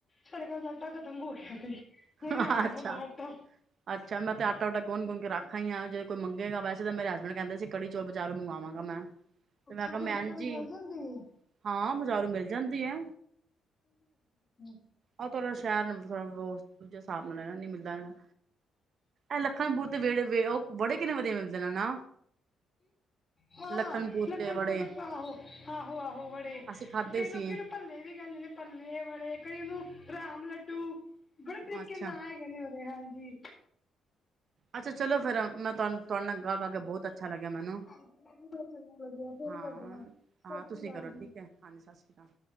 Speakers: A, on the left; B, on the right.
A: ਸਾਡੇ ਘਰ ਆਟਾ ਖਤਮ ਹੋ ਗਿਆ ਸੀ
B: <unintelligible>
A: ਹੁਣੇ ਆਇਆ
B: ਅੱਛਾ
A: ਤੁਹਾਡਾ ਆਟਾ
B: ਅੱਛਾ ਮੈਂ ਤਾਂ ਆਟਾ ਆਟਾ ਗੁਣ ਗੁਣ ਕੇ ਰਖ ਆਈ ਜੇ ਕੋਈ ਮੰਗੇਗਾ ਵੈੇਸੇ ਤਾਂ ਮੇਰੇ ਹਸਬੈਂਡ ਕਹਿੰਦੇ ਸੀ ਕੜੀ ਜੋ ਬਜ਼ਾਰ ਮੰਗਵਾਵਾਂਗਾ ਮੈਂ ਤੇ
A: ਅੱਛਾ
B: ਮੈਂ ਕਿਹਾ ਮੈਂ
A: ਕੜੀ
B: ਜੀ
A: ਮਿਲ ਜਾਂਦੀ ਏ
B: ਹਾਂ ਬਜ਼ਾਰੂ ਮਿਲ ਜਾਂਦੀ ਹੈ
A: <unintelligible>
B: ਉਹ ੜ੍ਹ ਸ਼ਹਿਰ ਨੂੰ ਥੋੜਾ ਦੂਜੇ ਹਿਸਾਬ ਨਾਲ ਰਹਿਣਾ ਨੀ ਮਿਲਦਾ ਹੈਗਾ ਇਹ ਲੱਖਣਪੂਰ ਦੇ ਵਿਹੜੇ ਉਹ ਬੜੇ ਕਿੰਨੇ ਵਧੀਆ ਮਿਲਦੇ ਨੇ ਨਾ
A: ਹਾਂ
B: ਲਖਨਪੁਰ
A: ਲਖਨਪੁਰ
B: ਤੇ ਬੜੇ
A: ਦੇ ਆਹੋ ਆਹੋ ਆਹੋ ਬੜੇ
B: ਅਸੀਂ ਖਾਧੇ
A: ਕਈ ਲੋਕੀ
B: ਸੀ
A: ਨੂੰ ਭੱਲੇ ਵੀ ਕਹਿੰਦੇ ਨੇ ਭੱਲੇ ਵਾਲੇ ਕਈ ਉਹਨੂੰ ਰਾਮ ਲੱਡੂ ਬੜੇ ਤਰੀਕੇ
B: ਅੱਛਾ
A: ਨਾਲ <unintelligible>
B: ਅੱਛਾ ਚਲੋ ਫਿਰ ਮੈਂ ਤੁਹਾਨ ਤੁਹਾਡ ਨਾਲ ਗੱਲ ਕਰਕੇ ਬਹੁਤ ਅੱਛਾ ਲੱਗਿਆ ਮੈਨੂੰ
A: ਹਾਂ ਚੰਗਾ ਲੱਗਾ ਫਿਰ
B: ਹਾਂ
A: ਕਰਦੇ ਸਤਿ
B: ਹਾਂ ਤੁਸੀਂ
A: ਸ੍ਰੀ ਅਕਾਲ
B: ਕਰੋ
A: ਜੀ
B: ਠੀਕ ਹੈ ਹਾਂਜੀ ਸਤਿ ਸ਼੍ਰੀ ਅਕਾਲ